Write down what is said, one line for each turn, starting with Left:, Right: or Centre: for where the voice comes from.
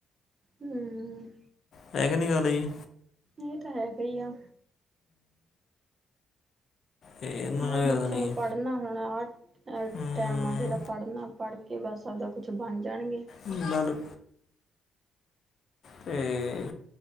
Right: ਨਹੀਂ।
Left: ਪੈਕ ਨੀ ਉਹ ਲ‌ਈ।
Right: ਇਹ ਤਾਂ ਹੈ, ਸਹੀ ਆ।
Left: ਇਹ ਇਹਨਾਂ
Right: ਹ
Left: ਨੇ
Right: ਬੱਚਿਆਂ
Left: ਪਤਾ ਨਹੀਂ
Right: ਨੂੰ ਪੜ੍ਹ ਪੜ੍ਹਨਾ ਹੁਣ ਆ ਆਹ
Left: ਹਮ,
Right: ਟੈਮ ਆ। ਜਿਹੜਾ ਪੜ੍ਹਨਾ, ਪੜ੍ਹ ਕੇ ਬਸ ਆਪਦਾ ਕੁਛ ਬਣ ਜਾਂਣਗੇ।
Left: ਹੁਣ ਲਾਲੋ ਤੇ